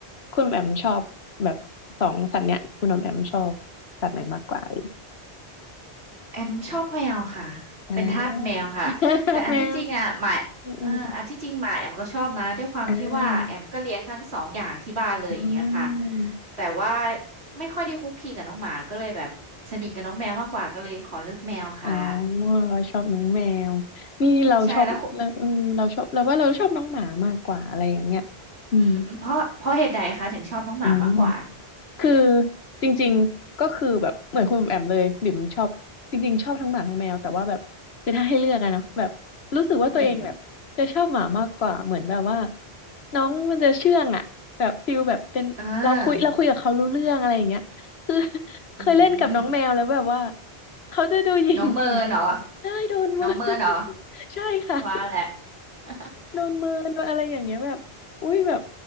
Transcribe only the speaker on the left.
คุณออมแอมชอบแบบสองสัตว์เนี้ยคุณออมแอมชอบสัตว์ไหนมากกว่าเอ่ย
อ่า <laughs> แมวอืมอมอ่าอ๋อ
อ๋อเราชอบน้องแมวนี่เราชอบเราเออเราชอบเราว่าเราชอบน้องหมามากกว่าอะไรอย่างเงี้ย
อืม
อืม คือจริงๆก็คือแบบเหมือนคุณแอมเลยบิ่มชอบจริงๆชอบทั้งหมาทั้งแมวแต่ว่าแบบคือถ้าให้เลือกอะเนาะแบบรู้สึกว่าตัวเองแบบจะชอบหมามากกว่าเหมือนแบบว่า
น้องมันจะเชื่องอะแบบฟิลแบบเป็นเราคุยเราคุยกับเขารู้เรื่องอะไรอย่างเงี้ยคือ
<laughs> เคยเล่นกับน้องแมวแล้วแบบว่า
เขาจะดูหยิ่งๆอย่างเงี้ยได้โดนมือ
<laughs> ใช่ค่ะ
โดนเมินโดนอะไรอย่างเงี้ยแบบอุ้ยแบบ